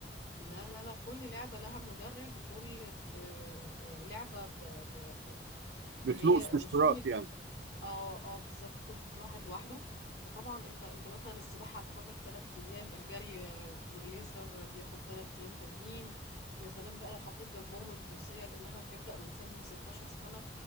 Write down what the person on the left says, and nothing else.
لا لا لا كل لعبة لها مدرب وكل آه، آه، لعبة ب- ب- ب-
هي
رسوم ال...
اه اه بالظبط كل واحد لوحده فطبعا انت انت مثلا السباحة هتاخد لك تلات ايام الجري آه، والليزر بياخد تلات ايام تانيين يا سلام بقى لو حطيت جنبهم الفروسية لانها هتبدأ من سن 16 سنة